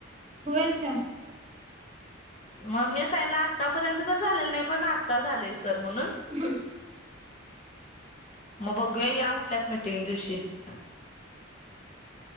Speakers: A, on the right; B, on the left.
A: होयच तर, <inaudible>
B: मग मी सांगितलं आतापर्यंत तर झालेलं नाही पण आता झालय सर म्हणून.
A: <inaudible>
B: मग बघूया या म्हटल्यात मीटिंग दिवशी, <inaudible>